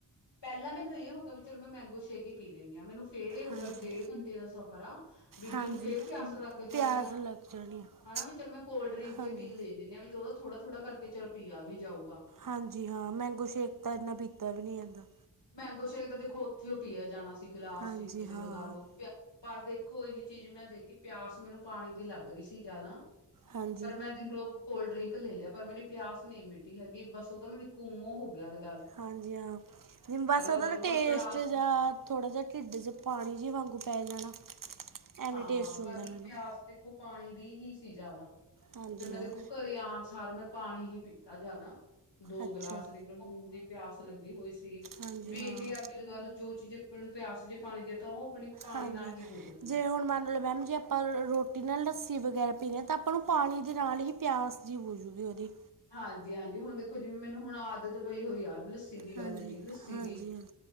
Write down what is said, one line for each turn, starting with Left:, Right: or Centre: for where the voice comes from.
Left: ਪੈਲਾਂ ਮੈਨੂੰ ਏ ਹੋ ਗਿਆ ਵੀ ਚਲ ਮੈਂ ਮੈਂਗੋ ਸੇਕ ਈ ਪੀ ਲੈਣੀ ਆ ਮੈਨੂੰ ਫੇਰ ਏ ਹੋਗਿਆ
Right: ਹਾਂਜੀ
Left: ਵੀ ਡੇਢ ਘੰਟੇ ਦਾ ਸਫ਼ਰ ਆ ਵੀ
Right: ਹਾਂਜੀ
Left: ਮੈਨੂੰ ਫੇਰ ਪਿਆਸ ਲੱਗ ਜਾਣੀ
Right: ਪਿਆਸ
Left: ਆ।
Right: ਲੱਗ ਜਾਣੀ ਆ
Left: ਹਨਾ ਵੀ ਚੱਲ ਮੈਂ ਕੋਲਡ ਡਰਿੰਕ
Right: ਹਾਂਜੀ
Left: ਏ ਪੀ ਲੇ ਲੈਨੀ ਆ ਚਲੋ ਓ ਥੋੜਾ-ਥੋੜ੍ਹਾ ਕਰਕੇ ਚੱਲ ਪੀਆ ਵੀ ਜਾਊਗਾ।
Right: ਹਾਂਜੀ ਹਾਂ ਮੈਂਗੋ ਸ਼ੇਕ ਤਾਂ ਇੰਨਾ ਪੀਤਾ ਵੀ ਨਹੀਂ ਜਾਂਦਾ
Left: ਮੈਂਗੋ ਸ਼ੇਕ ਤਾਂ ਦੇਖੋ ਉੱਥੇ ਉਹ ਪੀਆ ਜਾਣਾ ਸੀ ਗਿਲਾਸ
Right: ਹਾਂਜੀ
Left: 'ਚ ਇੱਕ 'ਚ
Right: ਹਾਂ
Left: ਲਗਾ ਲੋ ਪਰ ਦੇਖੋ ਇਹੀ ਚੀਜ਼ ਮੈਂ ਦੇਖੀ ਪਿਆਸ ਮੈਨੂੰ ਪਾਣੀ ਦੀ ਲੱਗ ਰਹੀ ਸੀ ਜਿਆਦਾ
Right: ਹਾਂਜੀ
Left: ਪਰ ਮੈਂ ਦੇਖ ਲੋ ਕੋਲਡਰਿੰਕ ਲੈ ਲਿਆ ਪਰ ਮੇਰੀ ਪਿਆਸ ਨਹੀਂ ਮਿਟੀ ਹੈਗੀ ਬਸ ਓ ਤੇ ਮੈਨੂੰ ਘੂੰ ਹੋ ਗੇਯਾ ਏ।
Right: ਹਾਂਜੀ ਹਾਂ, ਨਹੀ ਬਸ ਉਹਦਾ
Left: ਲਗਾ ਲੋ
Right: ਦਾ
Left: ਪਰ
Right: ਟੇਸਟ
Left: ਪਿਆਸ
Right: ਜਾ ਥੋੜ੍ਹਾ ਜਿਹਾ ਢਿੱਡ 'ਚ ਪਾਣੀ ਜਿਹੀ ਵਾਂਗੂੰ ਪੈ ਜਾਣਾ' ਐਵੇਂ
Left: ਹਾਂ-ਹਾਂ
Right: ਟੇਸਟ
Left: ਪਰ
Right: ਹੁੰਦਾ ਮੈਨੂੰ
Left: ਪਿਆਸ ਦੇਖੋ ਪਾਣੀ ਦੀ ਹੀ ਸੀ ਜਿਆਦਾ
Right: ਹਾਂਜੀ
Left: ਤੇ ਮੈਂ
Right: ਹਾਂ
Left: ਦੇਖੋ ਘਰੇ ਆਉਣ ਸਾਰ ਮੈਂ ਪਾਣੀ ਹੀ ਪੀਤਾ ਜਾਦਾ ਦੋ
Right: ਅੱਛਾ
Left: ਗਿਲਾਸ ਦੇਖ ਲਓ ਮੈਨੂੰ ਇਨੀ ਪਿਆਸ ਲੱਗੀ ਹੋਈ ਸੀ।
Right: ਹਾਂਜੀ
Left: ਵੀ
Right: ਹਾਂ
Left: ਇਹ ਅਗਲਿ ਜੋ ਚੀਜ਼ ਆਪਣ ਨੂੰ ਪਿਆਸ ਜੇ ਪਾਣੀ ਦੀ ਤਾਂ ਉਹ ਆਪਣੀ ਪਾਣੀ
Right: ਹਾਂਜੀ,
Left: ਨਾਲ ਹੀ ਬੁਝੂਗੀ
Right: ਜੇ ਹੁਣ ਮੰਨ ਲਓ ਮੈਮ ਜੀ ਅਪ ਆਪਾਂ ਰੋਟੀ ਨਾਲ ਲੱਸੀ ਵਗੈਰਾ ਪੀਣੀ ਹਾਂ ਤਾਂ ਆਪਾਂ ਨੂੰ ਪਾਣੀ ਦੇ ਨਾਲ ਹੀ ਪਿਆਸ ਜਿ ਹੋਜੂਗੀ ਉਹਦੀ
Left: ਹਾਂਜੀ- ਹਾਂਜੀ ਹੁਣ ਦੇਖੋ ਜਿਵੇਂ ਮੈਨੂੰ ਹੁਣ ਆਦਤ ਪਈ ਹੋਈ ਆ ਲਸ ਲੱਸੀ ਦੀ ਗੱਲ
Right: ਹਾਂਜੀ
Left: ਦੀ, ਲੱਸੀ
Right: ਹਾਂਜੀ
Left: ਦੀ
Right: ਹਾਂ